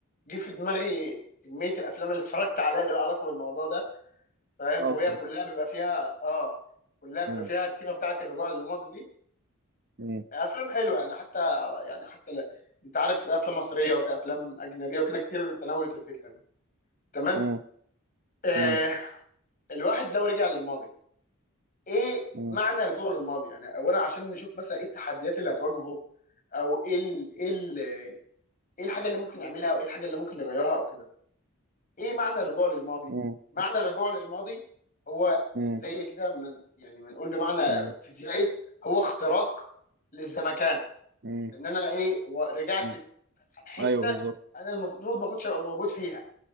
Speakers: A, on the left; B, on the right.
A: جه في دماغي كميه الافلام اللي اتفرجت عليها اللي لها علاقه بالموضوع ده فاهم
B: اصلا
A: وهي كلها بيبقى فيها اه كلها بيبقى
B: مم.
A: فيها التيمه بتاعت الرجوع للماضي دي
B: مم.
A: افلام حلوه يعني حتى يعني حتى ل... انت عارف في افلام مصريه وفي افلام اجنبيه وكده كتير تناولت الفكره دي تمام
B: مم.
A: آه
B: مم.
A: الواحد لو رجع للماضي ايه
B: مم.
A: معنى رجوع للماضي يعني اولا عشان نشوف مثلا ايه التحديات اللي هتواجهه او ايه ال ايه ال ايه الحاجه اللي ممكن يعملها او ايه الحاجه اللي ممكن يغيرها او كده ايه معنى الرجوع للماضي
B: مم.
A: معنى الرجوع للماضي هو
B: مم.
A: زي كده من يعني بنقول بمعنى
B: مم.
A: فيزيائي هو اختراق للزمكان
B: مم.
A: ان انا ايه و- رجعت
B: مم.
A: في حته
B: ايوه بالظبط
A: انا المفروض ما كنتش ابقى موجود فيها